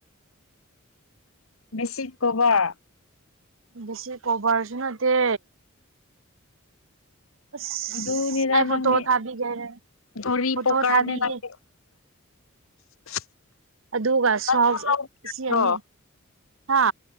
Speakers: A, on the left; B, on the right.
A: ꯕꯤꯁꯤꯠ ꯀꯣꯕꯔ
B: ꯕꯦꯁꯤ ꯀꯣꯕꯔꯁꯨ ꯅꯠꯇꯦ ꯑꯁ
A: <unintelligible>
B: ꯑꯩ ꯐꯣꯇꯣ ꯊꯥꯕꯤꯒꯦ ꯐꯣꯇꯣ
A: <inaudible>
B: ꯊꯥꯕꯤꯒꯦ ꯑꯗꯨꯒꯁꯨꯍꯥꯎ
A: ꯅꯪꯁꯨ ꯂꯧꯕ
B: ꯑꯁꯤ
A: ꯌꯥꯗ꯭ꯔꯣ
B: ꯑꯅꯤ ꯍꯥ